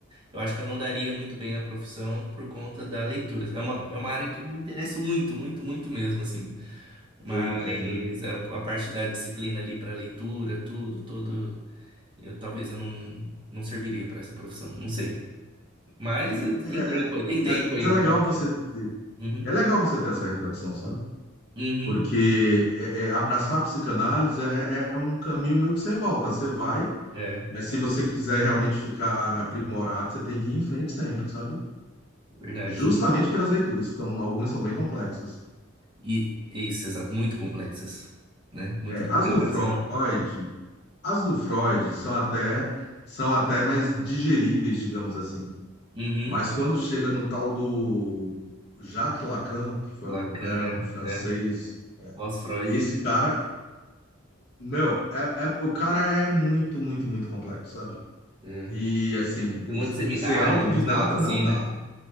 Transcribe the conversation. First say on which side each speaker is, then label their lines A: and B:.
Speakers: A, on the right; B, on the left.
A: Eu acho que eu não daria muito bem na profissão por conta da leitura. É uma, é uma área que eu me interesso muito, muito, muito mesmo, assim. Mas
B: Eu entendo.
A: a, a parte da disciplina ali para leitura, tudo, todo, eu talvez eu não, não serviria para essa profissão, não sei. Mas eh,
B: É,
A: tem tempo,
B: é,
A: tem
B: mas
A: tempo ainda.
B: é legal você ter,
A: Uhum,
B: é legal você ter essa reflexão, sabe?
A: uhum,
B: Porque é, é, abraçar a psicanálise é, é um caminho meio que sem volta. Você vai,
A: é,
B: mas se você quiser realmente ficar aprimorado, você tem que ir em frente sempre, sabe?
A: verdade.
B: Justamente pelas leituras, que são, algumas são bem complexas.
A: E é isso, exato, muito complexas, né? Muita
B: É,
A: interpretação.
B: as do Freud, as do Freud são até, são até mais digeríveis, digamos assim.
A: Uhum,
B: Mas quando chega no tal do Jacques Lacan, que foi
A: Lacan,
B: um- era um francês,
A: é, é, pós-Freud,
B: esse
A: né?
B: cara, meu, é, é- o cara é muito, muito, muito complexo, sabe?
A: É.
B: E assim,
A: Tem um monte de seminário,
B: ser autodidata
A: uns negócios
B: não
A: assim,
B: dá.
A: né?